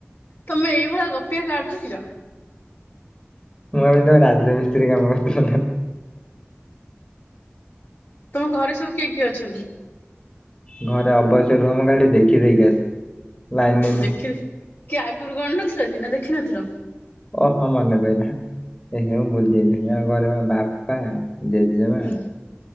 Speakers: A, on the left; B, on the left.
A: ତମେ ଏଇ ଭଳିଆ ଗପିବା କାହାଠୁ ଶିଖିଛ?
B: ମୁଁ ଆମେ ତ ରାଜ୍ୟ ମିସ୍ତ୍ରୀ କାମ କରୁଥିଲ
A: ତମ ଘରେ ସବୁ କିଏ କିଏ ଅଛନ୍ତି?
B: ଘରେ ଅବଶ୍ୟ ରୁହ ମୁଁ ଖାଲି ଟିକେ ଦେଖିଦେଇକି ଆସ ଲାଇନରେ
A: ଦେଖି
B: ରୁହ।
A: କି ଆଗରୁ ଗଣ ନଥିଲ କି ନା ଦେଖିନଥିଲ?
B: ଓହୋ ମନେ ପଇଲା ସେ ମୁଁ ଭୁଲି ଯାଇଥିଲି ଆମ ଘରେ ମୋ ବାପା। ଜେଜେମା,
A: ହୁଁ